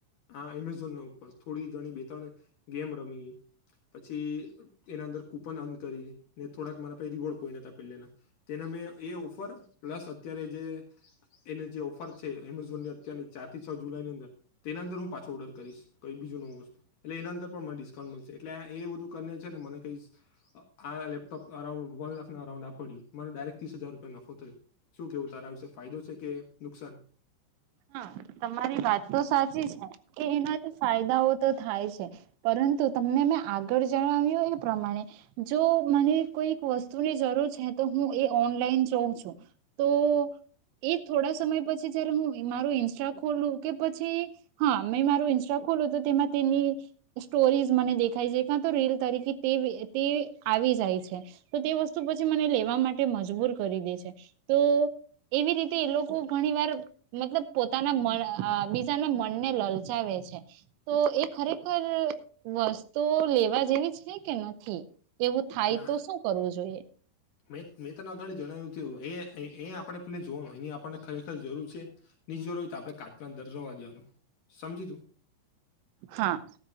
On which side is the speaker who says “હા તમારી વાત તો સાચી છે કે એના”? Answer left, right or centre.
Right